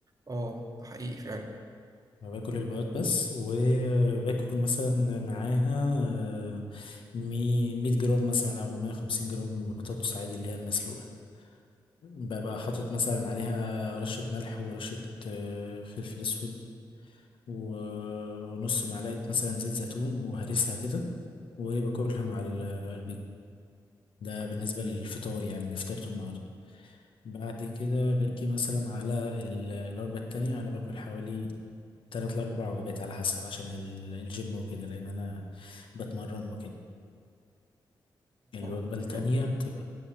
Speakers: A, on the right; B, on the left.
A: اه ده حقيقي فعلا
B: باكل البياض بس وباكل مثلا معاها آه، مي- 100 جرام مثلا او 150 جرام بطاطس عادي اللي هي المسلوقة ببقى حاطط مثلا عليها رشة ملح ورشة آه، فلفل اسود و- ونص معلقة مثلا زيت زيتون وهرسها كده وباكلها مع ال- البيض ده بالنسبة للفطار يعني اللي فطرته النهاردة بعد كده باجي مثلا على ال- الوجبة التانية أنا باكل حوالي تلات لأربع وجبات على حسب عشان ال- الجيم وكده لأن أنا بتمرن وكده الوجبة
A: اه
B: التانية
A: تمام
B: بتبقى